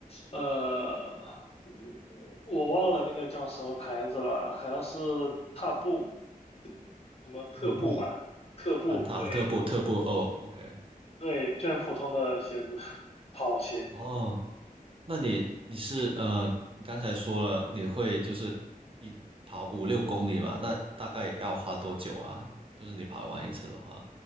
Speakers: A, on the left (about 40°); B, on the right (about 35°).
A: 呃，我忘了那个叫什么牌子了，好像是踏步，什么特步吧，
B: 安踏。
A: 特步，
B: 安踏特步特步哦，OK，
A: 对对，就很普通的鞋子，<laughs> 跑鞋。
B: 哦，那你你是呃，你刚才说了你会就是一跑五六公里嘛？那大概要花多久啊？就是你跑完一次的话，